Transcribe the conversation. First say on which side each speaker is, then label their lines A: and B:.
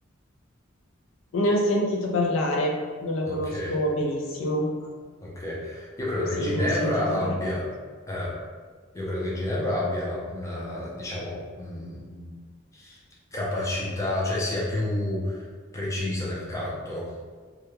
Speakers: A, on the left (about 75°); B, on the left (about 15°).
A: Ne ho sentito parlare, non la
B: Ok.
A: conosco benissimo, ma
B: Ok, io credo
A: sì,
B: che Ginevra
A: ne ho sentito
B: abbia,
A: parlare.
B: eh, io credo che Ginevra abbia una, diciamo, mh, capacità, cioè sia più precisa nel canto.